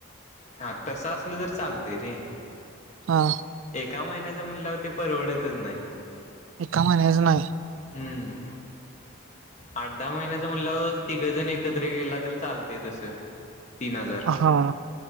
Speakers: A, on the left (about 35°); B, on the right (about 75°).
A: हा तसाच तसलं तर चालतं रे
B: हा
A: का महिन्याच्या मुलिलावरती परवडतच नाही
B: एका महिनच नाही
A: हम्म. आठ-दहा महिन्याच म्हणल्यावर तिघं जण एकत्र गेला तरी चालतंय तसं तीन हजार
B: हा